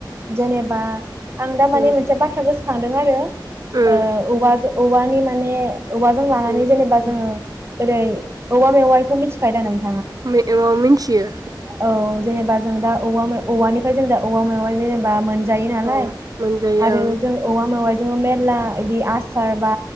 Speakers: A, on the right; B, on the right.
A: जेनेबा आं दा माने
B: उम
A: मोनसे बाथ्राखौ गोसो सानदों आरो ओ
B: उम
A: औवाजो औवानि माने औवाजों लानानै
B: उम
A: जेनेबा जोङो ओरै औवा मेवायखौ मिथिखायो दा नोंथ
B: <unintelligible> मिनथियो
A: औ जेनेबा जों दा औवा मे औवानिफ्राय जों दा औवा मेवाय जेनेबा मोन जायो नालाय
B: औ मोनजायो
A: आरो जों औवा मेवाय जोङो मेरला इदि आसार बा